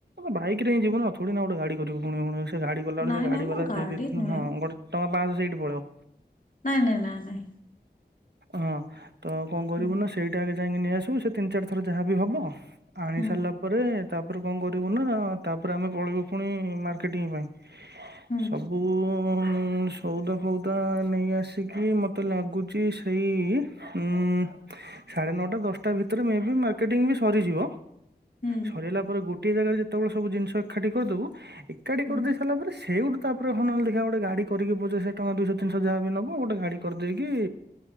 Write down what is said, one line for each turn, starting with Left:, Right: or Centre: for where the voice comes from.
Right: ବାଇକ ହିଁ ଯିବ ନା ଛଡି ନା ଗୋଟ ଗାଡି କରିବ ପୁଣି ସେ ଗାଡି ଗଲା ବେଳେ
Left: ନାଇଁ
Right: ସେ ଗାଡି
Left: ନାଇଁ ମ
Right: ଗଲା ଦେଇେଇଥିଲୁ
Left: ନୁହେଁ
Right: ହଁ ଗୋଟେ। ଟଙ୍କା ପାଞ୍ଚଶହ ସେଇଠି ପଳେଇବ।
Left: ନାଇଁ ନାଇଁ ନାଇଁ ନାଇଁ
Right: ହଁ ତ କଣ କରିବୁ
Left: ହୁଁ
Right: ନା ସେଇଟା ଯାଇକି ନେଇ ଆଶିବୁ ସେ ତିନି ଚାର ଥର ର ଯାହାବି ହବ। ଆଣି
Left: ହୁଁ
Right: ସାରିଲା ପରେ। ତାପରେ କଣ କରିବୁ ନା ତାପରେ ଆମେ ପଳେଇବୁ ପୁଣି ମାର୍କେଟିଂ ପାଇଁ।
Left: ହୁଁ
Right: ସବୁଉ। ଉଁ ସଉଦା ଫଉଦା ନେଇ ଆସିକି ମତେ ଲାଗୁଛି ସେଇ ଉଁମ ସାଢ଼େ ନଅଟା ଦଶଟା ଭିତରେ ମେ ମାର୍କେଟିଂ ବି ସରିଯିବ।
Left: ହୁଁ
Right: ସରିଲା ପରେ ଗୋ ଗୋଟିଏ ଜାଗାରେ ଯେତେବେଳେ ସବୁ ଜିନିଷ ଏକାଠି କରିଦେବୁ। ଏକାଠି
Left: ହୁଁ
Right: କରିଦେଇ ସାରିଲା ପରେ ସେଉଟୁ ତାପରେ ହଁ ନଲେ ଦେଖା ଗୋଟେ ଗାଡି କରିକି ପଛେ ସେ ଟଙ୍କା ଦୁଶହ ତିନିଶହ ଯାହା ବି ନବ ଗୋଟେ ଗାଡି କରିଦେଇକି।